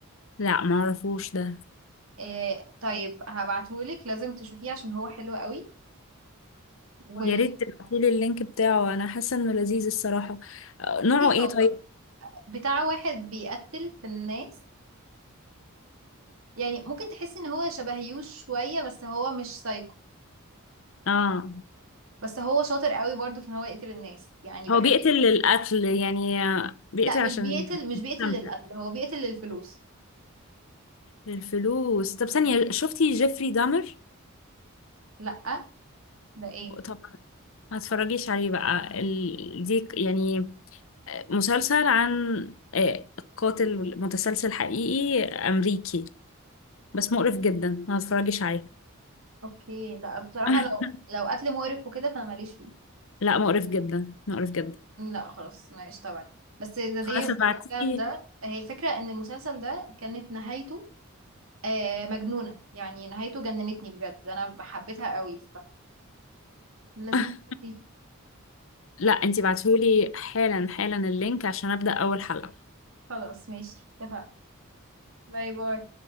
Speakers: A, on the left (about 65°); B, on the right (about 70°).
A: لا معرفوش ده
B: آه طيب هبعتهولك لازم تشوفيه عشان هو حلو قوي وبصي
A: يا ريت تبعتيلي اللينك بتاعه انا حاسه انه لذيذ الصراحه آه، نوعه ايه
B: هو
A: طيب
B: بتاع واحد بيقتل في الناس يعني ممكن تحسي ان هو شبه يوش شوية بس هو مش سايكو
A: اه
B: بس هو شاطر قوي برضه في ان هو يقتل الناس يعني بحب
A: هو بيقتل القتل يعني آه، بيقتل
B: لا مش
A: عشان
B: بيقتل مش
A: يستمتع
B: بيقتل للقتل هو بيقتل للفلوس
A: للفلوس طب ثانيه شفتي جيفري دامر
B: لا ده ايه
A: طب ما تتفرجيش عليه بقى ال... دي ك- يعني آه، مسلسل عن آه، قاتل متسلسل حقيقي امريكي بس مقرف جدا ما تتفرجيش عليه
B: اوكي لا بصراحة
A: <laughs>
B: لو لو قتل مقرف وكده فانا ماليش فيه
A: لا مقرف جدا مقرف جدا
B: لا خلاص ماشي طبعا بس ذا داي
A: خلاص
B: اوف
A: ابعتيه
B: ده هي الفكرة ان المسلسل ده كانت نهايته آه مجنونة يعني نهايته جننتني بجد انا حبيتها قوي فلازم
A: <laughs>
B: تشوفيه.
A: لا انتي بعتهولي حالا حالا اللينك عشان ابدأ اول حلقة
B: خلاص ماشي اتفقنا باي باي